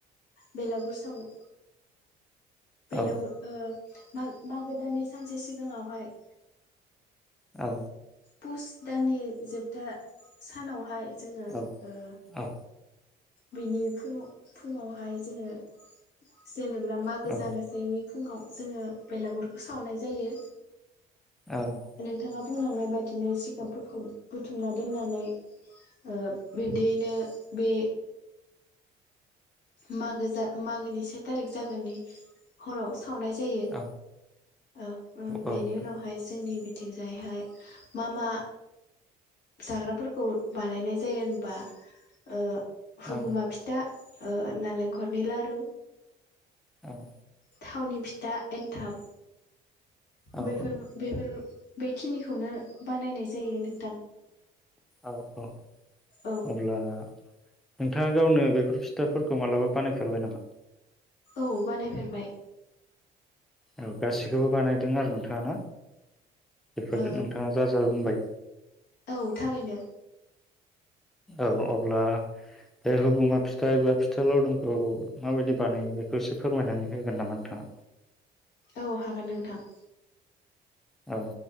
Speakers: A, on the left; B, in the centre.
A: बेलागुर साव। बेलागु
B: औ
A: ओ। माग मागो दाननि सानसे सिगाङावहाय।
B: औ।
A: पुस दाननि जोबथा सानावहाय। जोङो
B: औ
A: ओ।
B: औ
A: बिनि फुंङाव फुङावहाय जोङो। जेनेब्रा मागो
B: औ
A: जानोसै मि फुङाव जोङो बेलागुरखौ सावनाय जायो।
B: औ
A: नोंथाङा बुंलांनाय बादिनो सिखाबफोरखौ। बुथुमना दोननानै। ओ बिब्दियैनो। बे। मागो जा मागोनि से थारिख जागोननि हराव। सावनाय जायो,
B: औ
A: औ उ
B: औ
A: बेनि
B: नोंथां
A: उनावहाय जोंनि मि बिथिंजायहाय मा मा जाग्राफोरखौ। बानायनाय जायो होनबा। ओ। हुगुमा
B: औ
A: फिथा। ओ नारेंखलनि लारु।
B: औ‌।
A: थावनि फिथा। एन्थाब
B: औ
A: बेफोर बेफोर। बेखिनिखौनो बानायनाय जायो नों
B: औ औ।
A: औ
B: अब्ला नोंथाङा गावनो बेफोर फिथाफोरखौ मालाबा बानायफेरबाय नामा?
A: औ बानायफेरबाय।
B: औ गासिखौबो बानायदों आरो नोंथाङा ना? बेफोर
A: ओ
B: नोंथाङा जा जा बुंबाय।
A: औ थारैनो
B: औ अब्ला बे हुगुमा फिथा एबा फिथा लावदुमखौ माबायदि बानायो बेखौ एसे फोरमायनानै होगोन नामा नोंथाङा?
A: औ हागोन नोंथां।
B: औ।